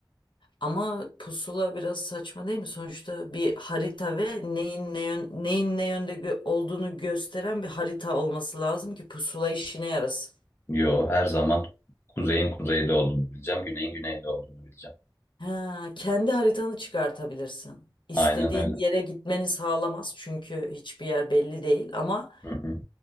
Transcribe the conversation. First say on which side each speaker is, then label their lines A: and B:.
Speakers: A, on the left; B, on the left.
A: Ama pusula biraz saçma değil mi? Sonuçta bir harita ve neyin ne yön, neyin ne yönde gö- olduğunu gösteren bir harita olması lazım ki pusula işine yarasın.
B: Yo her zaman kuzeyin kuzeyde olduğunu bileceğim, güneyin güneyde olduğunu bileceğim.
A: Ha, kendi haritanı çıkartabilirsin. İstediğin
B: Aynen öyle.
A: yere gitmeni sağlamaz çünkü hiçbir yer belli değil ama
B: Hı hı.